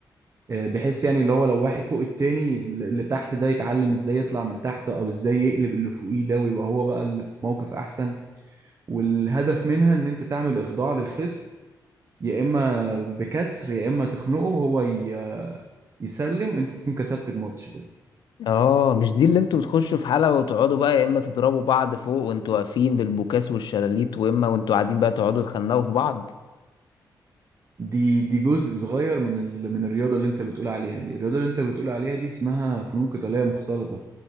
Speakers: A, on the right; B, on the left.
A: آه، بحيث يعني اللي هو لو واحد فوق التاني اللي تحت ده يتعلم ازاي يطلع من تحته او ازاي يقلب اللي فوقيه ده ويبقى هو بقى اللي في موقف أحسن والهدف منها ان انت تعمل إخضاع للخصم يا إما بكسر يا إما تخنقه هو ي- يسلم انت تكون كسبت الماتش كده
B: اه مش دي اللي انتوا بتخشوا في حلبة وتقعدوا بقى يا اما تضربوا بعض فوق وانتوا واقفين بالبوكاس والشلاليت واما وانتوا قاعدين بقى تقعدوا تخنقوا في بعض
A: دي دي جزء صغير من ال... من الرياضة اللي انت بتقول عليها دي الرياضة اللي انت بتقول عليها دي اسمها فنون قتالية مختلطة